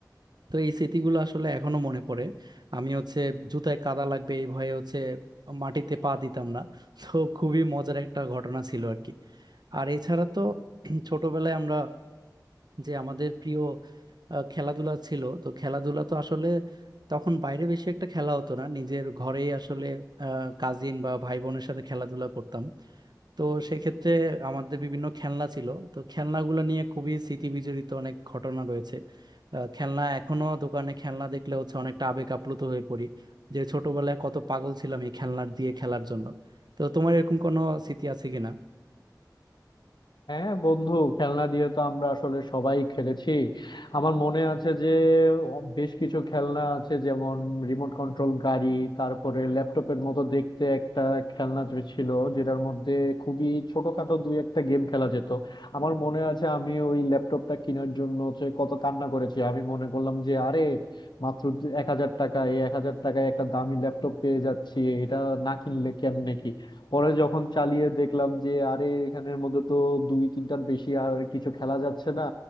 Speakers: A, on the right; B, on the left.
A: তো এই স্মৃতিগুলো আসলে এখনো মনে পড়ে আমি হচ্ছে জুতায় কাদা লাগবে এই ভয়ে হচ্ছে মাটিতে পা দিতাম না তো খুবই মজার একটা ঘটনা ছিল আর কি আর এছাড়া তো <clears throat> ছোটবেলায় আমরা যে আমাদের প্রিয় আহ, খেলাধুলা ছিল তো খেলাধুলা তো আসলে তখন বাইরে বেশি একটা খেলা হতো না নিজের ঘরেই আসলে কাজিন বা ভাই বোনের সাথে খেলাধুলা করতাম তো সেক্ষেত্রে আমাদের বিভিন্ন খেলনা ছিল তো খেলনাগুলো নিয়ে খুবই স্মৃতি বিজড়িত অনেক ঘটনা রয়েছে আহ, খেলনা এখনো দোকানে খেলনা দেখলে হচ্ছে অনেকটা আবেগ আপ্লুত হয়ে পড়ি যে ছোটবেলায় কত পাগল ছিলাম এই খেলনার দিয়ে খেলার জন্য তো তোমার এরকম কোনো স্মৃতি আছে কিনা
B: হ্যাঁ বন্ধু খেলনা দিয়ে তো আমরা আসলে সবাই খেলেছি আমার মনে আছে যে বেশ কিছু খেলনা আছে যেমন রিমোট কন্ট্রোল গাড়ি তারপরে ল্যাপটপের মতো দেখতে একটা খেলনা যে ছিল যেটার মধ্যে খুবই ছোটখাটো দুই একটা গেম খেলা যেত আমার মনে আছে আমি ওই ল্যাপটপটা কেনার জন্য হচ্ছে কত কান্না করেছি আমি মনে করলাম যে আরে মাত্র এক হাজার টাকা এই এক হাজার টাকায় একটা দামি ল্যাপটপ পেয়ে যাচ্ছি এটা না কিনলে কেমনে কি পরে যখন চালিয়ে দেখলাম যে আরে এখানের মধ্যে তো দুই তিনটার বেশি আর কিছু খেলা যাচ্ছে না